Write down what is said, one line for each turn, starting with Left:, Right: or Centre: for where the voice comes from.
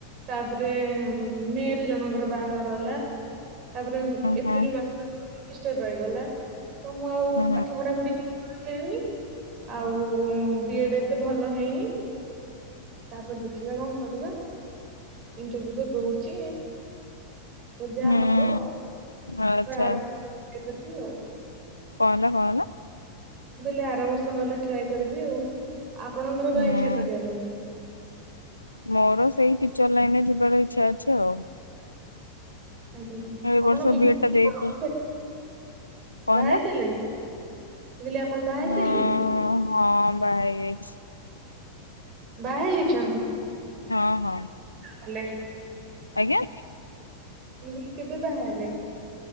Right: ତାପରେ ମେରେ ଜଣଙ୍କର ବାହାଘର ହେଲା। ତାପରେ ବି ଏପ୍ରିଲ
Left: ହୁଁ
Right: ମାସ <inaudible> ସେମିଷ୍ଟାର ରହିଗଲା ତ ମୁଁ ଆଉ
Left: ହୁଁ
Right: ପାଠ ପଢାପଢି <inaudible> <inaudible> ଆଉ ଉଁ ବି ଏଡୂ ଏତେ ଭଲ ହେଇନି। ତାପରେ ଦେଖିବା କଁ କରିବା। ଇଣ୍ଟରଭୁ ତ ଦଉଛି ପର୍ ଯା
Left: ହୁଁ
Right: ହବ।
Left: ହୁଁ। ଆଚ୍ଛା
Right: ଫୁଣି ଆର ବର୍ଷ ଟ୍ରାଏ କରିବି ଆଉ।
Left: କଁ ହେଲା କଁ ହେଲା।
Right: ମୁଁ କହିଲି ଆର ବର୍ଷ ନହେଲେ ଟ୍ରାଏ କରିବି ଆଉ ଆପଣଙ୍କର
Left: ହୁଁ
Right: କଁ ଇଚ୍ଛା କରିବା ପାଇଁ।
Left: ମୋର ସେଇ ଟିଚର୍ ଲାଇନରେ ଯିବାର ଇଚ୍ଛା ଅଛି ଆଉ।
Right: ଆଜ୍ଞା
Left: ଏ
Right: ଆପଣ
Left: ବର୍ଷ
Right: ବିବା
Left: ବିଏଡ୍ ଟା ଦେଇଛୁ
Right: <inaudible>
Left: କଣ
Right: ବାହା ହେଇ ସାରିଲେଣି? ମୁଁ କହିଲି ଆପଣ ବାହା ହେଇ
Left: ହେଲା
Right: ସାରିଲେଣି।
Left: ହଁ ହଁ ବାହା ହେଇ ଯାଇଛି।
Right: ବାହା ହେଇ ଯାଇଛନ୍ତି।
Left: ହଁ ହଁ।
Right: ହେଲେ
Left: ଆଜ୍ଞା।
Right: ମୁଁ କହିଲି କେବେ ବାହା ହେଲେ?